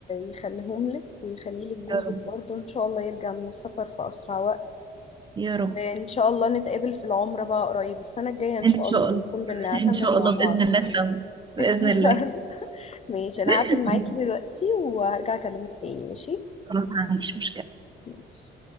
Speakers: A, on the left; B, on the right.
A: يخليهم لك ويخلي لك جوزك
B: يا رب
A: برضه إن شاء الله يرجع من السفر في أسرع وقت
B: يا رب
A: إن شاء الله نتقابل في العمرة بقى قريب السنة الجاية إن
B: ان
A: شاء
B: شاء
A: الله ونكون
B: الله
A: بنعتمر
B: ان شاء
A: مع
B: الله
A: بعض
B: باذن الله سوا باذن
A: <laughs>
B: الله
A: ماشي انا
B: <laughs>
A: هقفل معاكي دلوقتي وهرجع اكلمك تاني ماشي
B: خلاص ما عنديش مشكله
A: ماشي